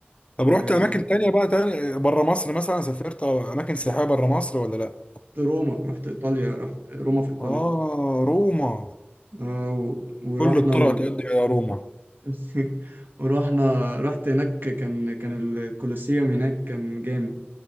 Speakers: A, on the left (about 30°); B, on the right (about 60°).
A: طب
B: ورحت
A: رحت اماكن تانية بقى تانية بره مصر مثلا سافرت أو اماكن سياحية بره مصر ولا لا
B: روما رحت ايطاليا رحت روما في ايطاليا
A: اه روما
B: آه، و- ورحنا
A: كل الطرق
B: ال...
A: تؤدي الى روما
B: <laughs> ورحنا رحت هناك كان كان الكولوسيوم هناك كان جامد